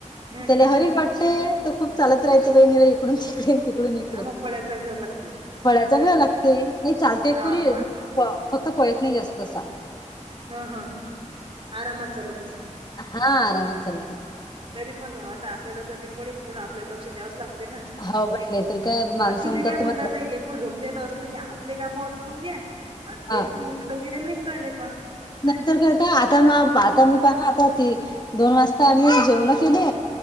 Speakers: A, on the right; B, on the left.
A: हम्म
B: त्याने
A: हम्म
B: हरी घटते तो खूप चालत राहते बहिनीराज इकडून डे तिकडून इकडे
A: हा मग पळ्याचा घ्यावं लागते
B: फळ्याचा वेव लागते नाही चालते एक
A: हा
B: परी
A: आन-
B: फक्त पळत नाही जास्त असा.
A: हा हा आरामात चालत असंल.
B: हा आरामत चालते.
A: तरी पण आता आपल्यालाक्ष पडेन आपल्याला लक्ष द्यावच लागत.
B: हो बाई नाही तर काय माणसं
A: आणि तुम्ही
B: म्हणतात
A: काय
B: तुम्हाला
A: म्हणता आता लेकरू झोपते जोपलेलं असले की आपले काम अटपून घ्या अ लेकरू
B: हा
A: उठलं त्या लेकराला पा
B: नाहीतर कायता आता म आता मी पहा आता ती दोन वाजता आम्ही जेवण केले.